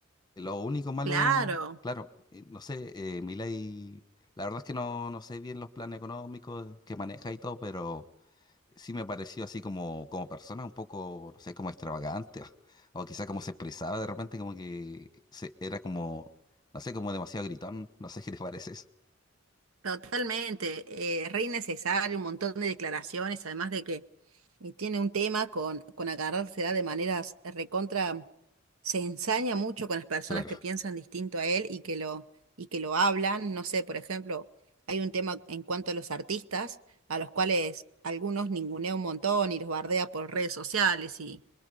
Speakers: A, on the left; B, on the right.
A: Lo único malo,
B: Claro,
A: claro, eh, no sé, eh, Milei, la verdad es que no, no sé bien los planes económicos que maneja y todo, pero sí me pareció así como, como persona un poco, no sé, como extravagante, <laughs> o, quizá como se expresaba de repente, como que se, era como, no sé, como demasiado gritón, no sé qué te parece eso.
B: totalmente, eh, re necesario, un montón de declaraciones, además de que Y tiene un tema con, con agarrársela de maneras recontra, se ensaña mucho con las personas
A: Claro.
B: que piensan distinto a él y que lo, y que lo hablan. No sé, por ejemplo, hay un tema en cuanto a los artistas, a los cuales algunos ningunea un montón y los bardea por redes sociales y,